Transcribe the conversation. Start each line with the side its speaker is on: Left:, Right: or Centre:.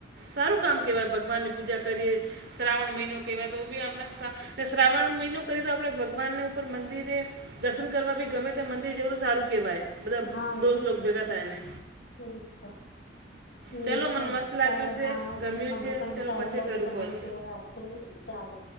Right: સારું કામ કેહેવાય ભગવાનની પૂજા કરીએ શ્રાવણ મહિનો કેહેવાય તો બી આપણે સા ત શ્રાવણ મહિનો કરીએ તો આપણે ભગવાનને ઉપર મંદિરે દર્શન કરવા બી ગમે ત્યા મંદિર જેવું સારું કહેવાય બધા
Left: હા
Right: દોસ્ત
Left: એજ
Right: લોકો ભેગા થાય ને
Left: એજ ત એવું
Right: ચલો
Left: છે,
Right: મને મસ્ત
Left: ચાલો
Right: લાગ્યું છે
Left: હા
Right: ગમ્યું
Left: મને
Right: છે
Left: પણ
Right: ચલો
Left: સારું
Right: પછી
Left: લાગ્યું
Right: કરું
Left: તમારી
Right: કોલ
Left: જોડે વાત <unintelligible> ચાલો